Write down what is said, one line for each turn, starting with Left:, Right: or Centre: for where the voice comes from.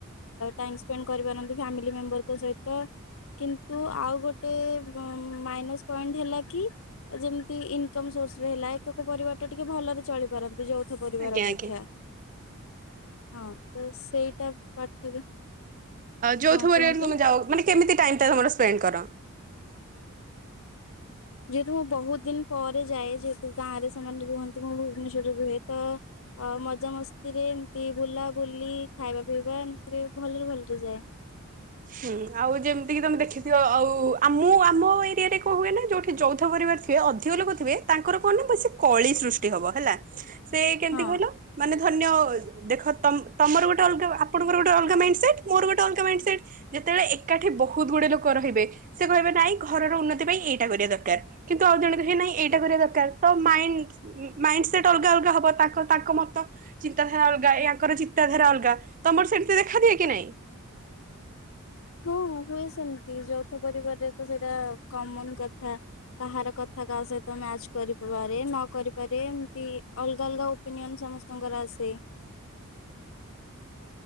Left: ଟାଇମ ସ୍ପେଣ୍ଡ କରିପାରନ୍ତି ଫ୍ୟାମିଲି ମେମ୍ବରଙ୍କ ସହିତ। କିନ୍ତୁ ଆଉ ଗୋଟେ ମାଇନସ ପଏଣ୍ଟ ହେଲା କି। ଯେମିତି ଇନକମ ସୋର୍ସ ରେ ହେଲା ଏକକ ପରିବାର ଟା ଟିକେ ଭଲରେ ଚଳି ପାରନ୍। ଯୌଥ ପରିବାର
Right: ଆଜ୍ଞା
Left: ଅପେକ୍ଷା
Right: ଆଜ୍ଞା
Left: ହଁ ତ ସେଇଟା ପାର୍ଥକ୍ୟ
Right: ଯୌଥ
Left: ହଁ
Right: ପରିବାରରେ
Left: କୁହନ୍ତୁ।
Right: ତମେ ଯାଅ ମାନେ କେମିତି ଟାଇମ୍ ଟା ତମର ସ୍ପେଣ୍ଡ କର।
Left: ଯେହେତୁ ମୁଁ ବହୁତ ଦିନ ପରେ ଯାଏ ଯେହେତୁ ଗାଁ ରେ ସେମାନେ ରୁହନ୍ତି ମୁଁ ଭୁବନେଶ୍ବରରେ ରୁହେ ତ ଅ ମଜା ମସ୍ତି ରେ ଏମତି ବୁଲା ବୁଲି ଖାଇବା ପିଇବା ଏମିତିରେ ଭଲରେ ଭଲରେ ଯାଏ।
Right: ହୁଁ ଆଉ ଯେମିତି କିି ତମେ ଦେଖିଥିବ ଆଉ ମୁଁ ଆମ ଆମ ଏରିଆରେ କଣ ହୁଏ ନା ଯୋଉଠି ଯୌଥ ପରିବାର ଥିବେ ଅଧିକ ଲୋକ ଥିବେ ତାଙ୍କର କଣ ନା ବ ସେ କଳି ସୃଷ୍ଟି ହବ ହେଲା ସେ କେମିତି
Left: ହଁ।
Right: କହିଲ ମାନେ ଧରିନିଅ ଦେଖ ତମର ଗୋଟେ ଅଲଗା ଆପଣଙ୍କର ଗୋଟେ ଅଲଗା ମାଇଣ୍ଡ ସେଟ୍ ମୋର ଗୋଟେ ଅଲଗା ମାଇଣ୍ଡ ସେଟ୍। ଯେତେବେଳେ ଏକାଠି ବହୁତ ଗୁଡେ ଲୋକ ରହିବେ ସେ କହିବେ ନାଇଁ ଘରର ଉନ୍ନତି ପାଇଁ ଏଇଟା କରିବା ଦରକାର। କିନ୍ତୁ ଆଉ ଜଣ କହିବେ ହେ ନାଇଁ ଏଇଟା କରିବା ଦରକାର ତ ମାଇଣ୍ଡ ମାଇଣ୍ଡ ସେଟ୍ ଅଲଗା ଅଲଗା ହବ ତାଙ୍କ ତାଙ୍କ ମତ। ଚିନ୍ତାଧାରା ଅଲଗା ୟାଙ୍କର ଚିନ୍ତାଧାରା ଅଲଗା ତମର ସେମିତି ଦେଖା ଦିଏ କି ନାଇଁ।
Left: ହଁ ହଁ ହୁଏ ସେମିତି ଯୌଥ ପରିବାରରେ ତ ସେଇଟା କମନ କଥା। କାହାର କଥା କାହା ସହିତ ମ୍ୟାଚ୍ କରିପାରେ ନ କରିପାରେ ଏମତି ଅଲଗା ଅଲଗା ଓପିନିଅନ ସମସ୍ତଙ୍କର ଆସେ।